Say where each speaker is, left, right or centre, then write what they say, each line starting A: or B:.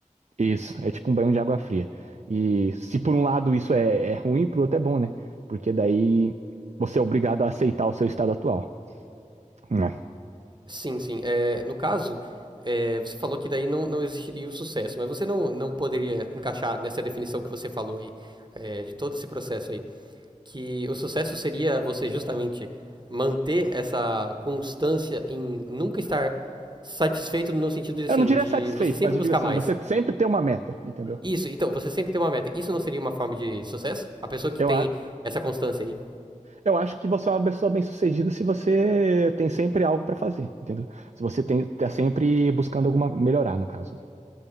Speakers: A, on the right (about 60°); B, on the right (about 35°).
A: isso, é tipo um banho de água fria. E se por um lado isso é, é ruim, por outro é bom, né? Porque daí você é obrigado a aceitar o seu estado atual. né?
B: Sim, sim. É, no caso, é, você falou que daí não, não existiria o sucesso, mas você não, não poderia encaixar nessa definição que você falou aí, é, de todo esse processo aí, que o sucesso seria você justamente manter essa constância em nunca estar satisfeito no sentido de, assim,
A: Eu não diria
B: de
A: satisfeito,
B: você sempre
A: mas eu
B: buscar
A: digo assim,
B: mais.
A: você sempre tem uma meta, entendeu?
B: Isso, então, você sempre tem uma meta. Isso não seria uma forma de sucesso? A pessoa que
A: Eu,
B: tem
A: a-
B: essa constância aí.
A: eu acho que você é uma pessoa bem-sucedida se você tem sempre algo pra fazer, entendeu? Se você tem, tá sempre buscando alguma melhorar, no caso. né?